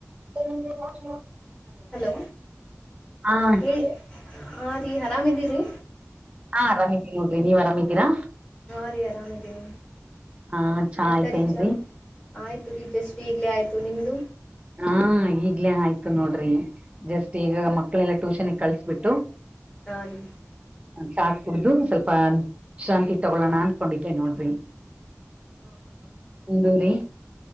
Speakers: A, on the right (about 20°); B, on the left (about 20°).
A: <inaudible>
B: Hello
A: ಹಾ ಹಾ
B: ಹೇಳಿ ಹಾ ರೀ ಆರಾಮಿದ್ದೀರಿ
A: ಹಾ ಆರಾಮಿದೀ ನೋಡ್ರಿ ನೀವ ಆರಾಮಿದ್ದೀರಾ
B: ಹಾ ರೀ ಆರಾಮಿದ್ದೀನಿ
A: ಹಾ ಚಾ
B: ಆಯ್ತಾ
A: ಆಯ್ತೇನ್ರಿ
B: ರೀ ಚಾ ಆಯ್ತು ರೀ ಜಸ್ಟ್ ಈಗ್ಲೇ ಆಯ್ತು ನಿಮ್ಮದು
A: ಹಾ ಈಗ್ಲೇ ಆಯ್ತು ನೋಡ್ರಿ ಜಸ್ಟ್ ಈಗ ಮಕ್ಕಳೆಲ್ಲ ಟ್ಯೂಷನ್ ಗೆ ಕಳಸಬಿಟ್ಟು.
B: <unintelligible>
A: ಚಾ ಕುಡ್ದು ಸ್ವಲ್ಪ ಶಾಂತಿ ತಗೊಳೋಣ ಅನ್ಕೊಂಡಿದ್ದೆ ನೋಡ್ರಿ.
B: <inaudible>
A: ನಿಂದು ರಿ.